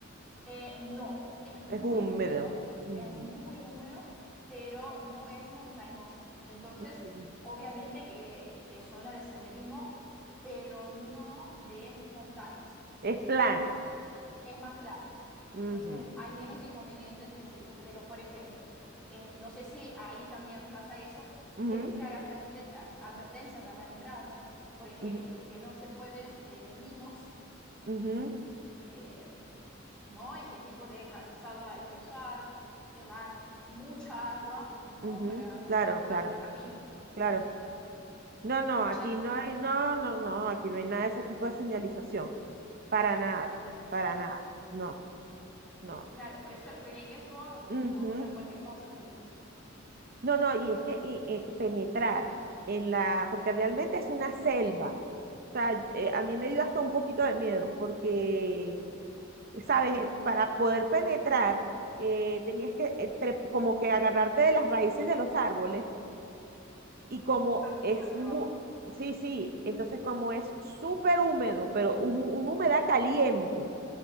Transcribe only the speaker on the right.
es húmedo.
Ujú,
ujú.
Es plano.
Ujú,
ujú,
ujú.
Ujú,
ujú,
Claro,
claro,
claro. No, no,
aquí no hay, no, no, no, aquí no hay nada de ese tipo de señalización. Para nada, para nada. No, no.
Ujú.
No, no, y es que y- y penetrar en la, porque realmente es una selva. O sea,
eh, a mí me dio hasta un poquito de miedo, porque, ¿sabes? Para poder penetrar, eh, tenías que eh, trep- como que agarrarte de las raíces de los árboles Y como
es
muy, sí, sí, entonces como es súper húmedo, pero un, una humedad caliente,